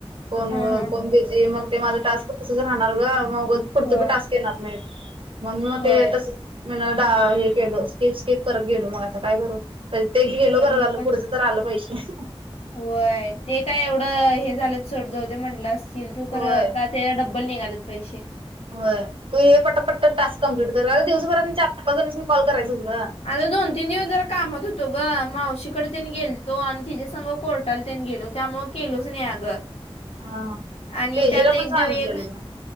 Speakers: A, on the right; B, on the left.
A: कोण
B: हा हा
A: कोण बिझी मग ते माझं टास्क तसंच राहणार ग मग पुढचं
B: होय
A: बी टास्क येणार नाही. म्हण मग
B: होय
A: ते तस म हे केलं स्किप-स्किप करत गेलो, मग आता काय करू? ते गेलो
B: आता
A: बरं
B: मी
A: झालं आलं
B: पण
A: पुढचं तर आलं पैसे.
B: होय ते काय एवढं हे झालं सोड जाऊ दे म्हणटलं असतील तू खर
A: होय.
B: आता. त्यजा डब्बल निघालेत पैशे.
A: होय तू हे पटपट टास्क कम्प्लीट कर दिवसभरात चार पाच जणाणीस कॉल करायंस गं.
B: आता दोन-तीन दिवस जरा कामात होतो ग मावशीकडे त्यांनी गेलतो आणि तिच्या संघ कोर्टाला त्यांनी गेलो त्यामु केलोच न अग,
A: हा
B: आणि
A: तेजेला
B: त्यात
A: पण
B: एक
A: सांगितलेलं
B: देव एक.
A: ग.